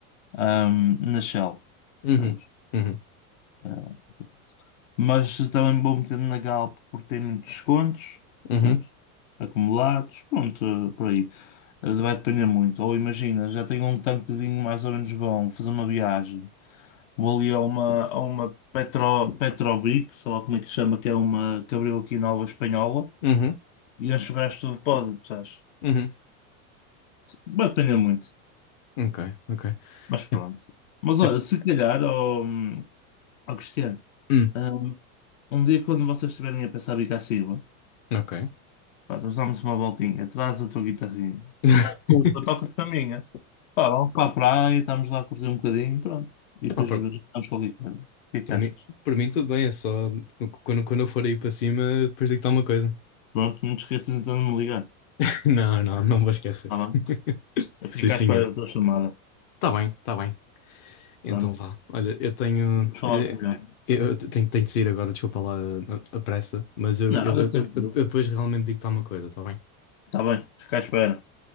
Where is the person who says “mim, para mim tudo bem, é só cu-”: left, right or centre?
Left